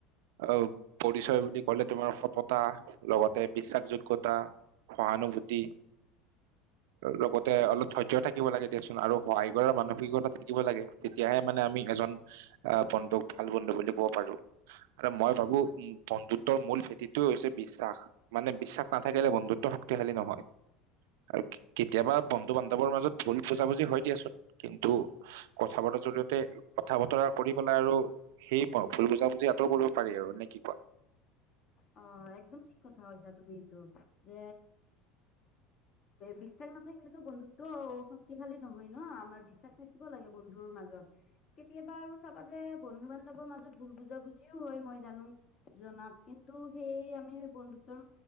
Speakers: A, on the right; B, on the left.
A: অ পৰিচয় বুলি ক'লে তোমাৰ সততা লগতে বিশ্বাসযোগ্য তা সহানুভূতি লগতে অলপ ধৈৰ্য থাকিব লাগে দিয়া চোন আৰু সহায় কৰাৰ মানসিকতা থাকিব লাগে। তেতিয়াহে মানে আমি এজন আহ বন্ধুক ভাল বন্ধু বুলি ক'ব পাৰো। আৰু মই ভাবো
B: হয়
A: বন্ধু ত্বৰ মূল ভেটিটো হৈছে বিশ্বাস মানে বিশ্বাস নাথাকিলে বন্ধুত্ব শক্তিশালী নহয়। আৰু কে কেতিয়াবা বন্ধু বান্ধৱৰ ভুল বুজাবুজি হয় দিয়াচোন কিন্তু কথা পতাৰ জৰিয়তে কথা বতৰা কৰি পেলাই আৰু সেই বাও ভুল বুজাবুজি আঁতৰ কৰিব পাৰি আৰু নে কি কোৱা?
B: অ একদম ঠিক কথা কৈছা তুমি এইটো যে বিশ্বাস নাথাকিলেতো বন্ধুত্বও শক্তিশালী নহয় ন আমাৰ বিশ্বাস থাকিব লাগে বন্ধুৰ মাজত। কেতিয়াবা আৰু চাবা যে বন্ধু বান্ধৱৰ মাজত ভুল বুজাবুজিও হয় মই জানো কিন্তু আমাৰ কিন্তু সেই আমি বন্ধুত্বৰ